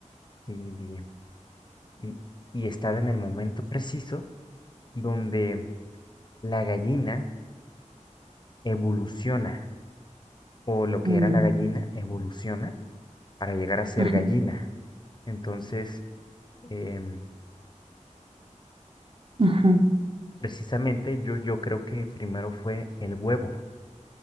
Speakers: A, on the left; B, on the right.
A: y, y- y estar en el momento preciso donde la gallina evoluciona, o lo que
B: mm,
A: era la gallina evoluciona para llegar a ser
B: ujú,
A: gallina. Entonces, em,
B: ujú,
A: precisamente yo, yo creo que primero fue el huevo,